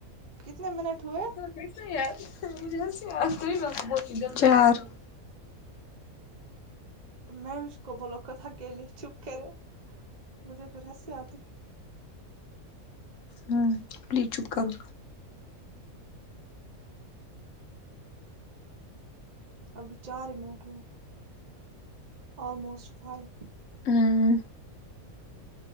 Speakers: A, on the right (about 35°); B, on the left (about 65°).
A: کتنے منٹ ہوئے
B: <unintelligible> چار
A: میں اس کو بولو خود اکیلیے چپ کرے مجھے پھر ہنسی آتی ہے
B: ہوں پلیز چپ کرو
A: ابھی چار منٹ ہوئے آلمسٹ فائیو
B: ہمم